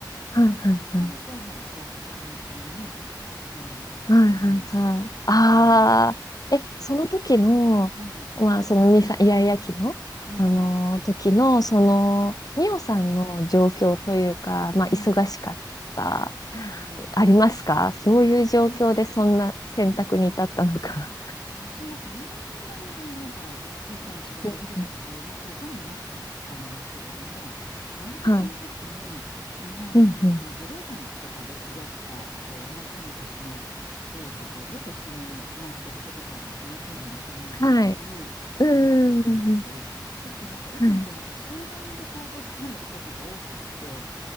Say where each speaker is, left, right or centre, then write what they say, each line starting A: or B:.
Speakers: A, on the left; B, on the left.
A: はいはいはい。
B: で、下の子も小学校3、えー、年生か、なんですけれども、
A: はいはいはい。ああ、
B: うん、
A: え、
B: も
A: その時の、
B: う、うん、
A: まあ、そのにさんイヤイヤ期の、
B: うん、
A: あのー時の、
B: うん、
A: その、ミオさんの状況というか、まあ、
B: う
A: 忙しかった、
B: ん、うん。
A: ありますかそういう状況でそんな選択に至ったのか。
B: いや、私もそんなにそのなんか、フルタイム仕事をしてたとかいうわけでもなかったんですけれども、
A: うんうん、
B: 割とその時に、
A: はい。
B: 日本のその児童館とかで知り合った、
A: うんう
B: こう、同じような年の親子とよく一緒に毎日出かけてたんですね。近所の公園だったり、
A: ん。はい。
B: それこそ児童館だったり。
A: うーん。
B: そうするとなんか、いつもこうなんか集団で行動してるような時が多くって、
A: はい。